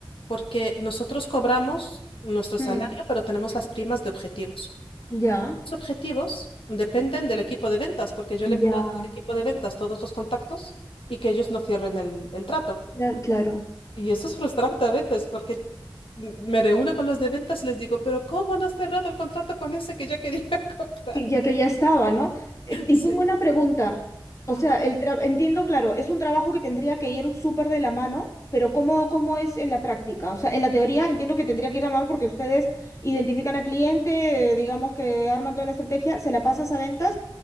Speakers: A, on the left (about 80°); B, on the left (about 35°).
A: porque nosotros cobramos nuestro salario,
B: Hmm,
A: pero tenemos las primas de objetivos.
B: Ya,
A: Los objetivos dependen del equipo de ventas, porque yo le puedo
B: ya,
A: dar al equipo de ventas todos los contactos y que ellos no cierren el el trato.
B: ya, claro.
A: Y eso es frustrante a veces porque me reúno con los de ventas y les digo, pero ¿cómo no has cerrado el contrato con ese que ya quería <laughs> comprar?
B: Que, ya que ya estaba, ¿no? Eh, Y
A: Sí.
B: tengo una pregunta. O
A: Ajá.
B: sea, el tra- entiendo, claro, es un trabajo que tendría que ir súper de la mano, pero ¿cómo, cómo es en la práctica? O sea, en la teoría entiendo que tendría que ir a mano porque ustedes identifican al cliente, eh, digamos que arman toda la estrategia, se la pasas a ventas